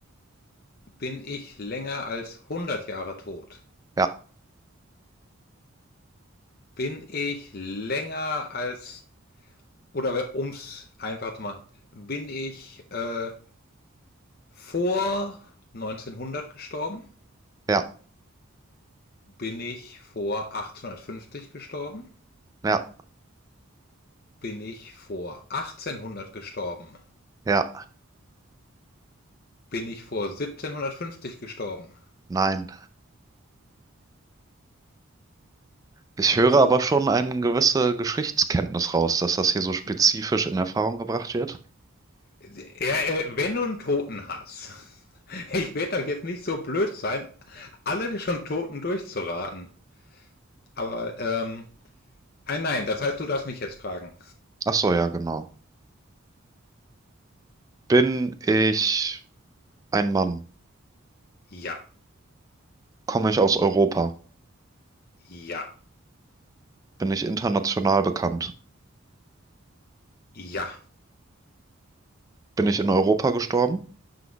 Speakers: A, on the left; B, on the right.
A: Bin ich länger als hundert Jahre tot?
B: ja,
A: Bin ich länger als, oder ums einfach zu machen, bin ich äh, vor neunzehnhundert gestorben?
B: ja,
A: Bin ich vor 1850 gestorben?
B: ja,
A: Bin ich vor achtzehnhundert gestorben?
B: ja,
A: Bin ich vor siebzehnhundertfünfzig gestorben?
B: nein. Ich höre
A: Gut.
B: aber schon eine gewisse Geschichtskenntnis raus, dass das hier so spezifisch in Erfahrung gebracht wird.
A: Ja, äh, wenn du einen Toten hast, <laughs> ich werde doch jetzt nicht so blöd sein, alle schon Toten durchzuraten. Aber, ähm, nein, nein, das heißt, du darfst mich jetzt fragen.
B: Ach so, ja, genau. Bin ich ein Mann?
A: Ja,
B: Komme ich aus Europa?
A: ja,
B: Bin ich international bekannt?
A: ja,
B: Bin ich in Europa gestorben?